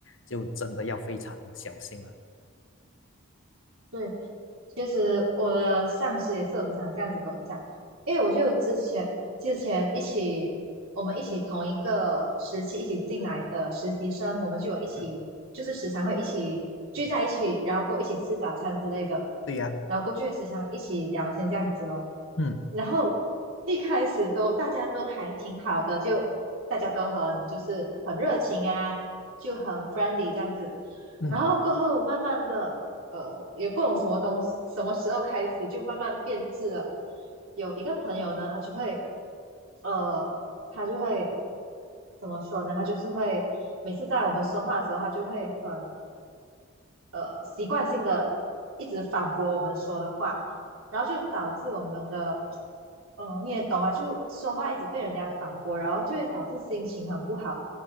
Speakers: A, on the left; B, on the right.
A: 就真的要非常小心了。
B: 对，其实我的上司也是有经常这样子跟我讲，因为我就之前之前一起我们一起同一个时期一起进来的实习生，我们就有一起就是时常会一起聚在一起，
A: 嗯，
B: 然后过一起吃早餐之类的，
A: 对呀，
B: 然后过去时常一起聊天这样子咯。
A: 嗯
B: 然后一开始都大家都还挺好的，就大家都很就是很热情啊，就很 friendly 这样子。
A: 嗯，
B: 然后过后慢慢的，呃，也不懂什么东西，什么时候开始就慢慢变质了。有一个朋友呢，他就会，呃，他就会怎么说呢？他就是会每次在我们说话的时候，他就会很呃习惯性的一直反驳我们说的话，然后就导致我们的，嗯，你也懂吧？就说话一直被人家反驳，然后就会导致心情很不好，